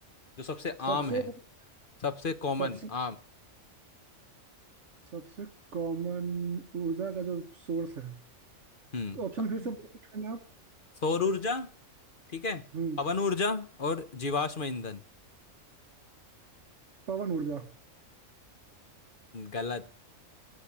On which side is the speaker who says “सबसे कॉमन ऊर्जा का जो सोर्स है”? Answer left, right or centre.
Right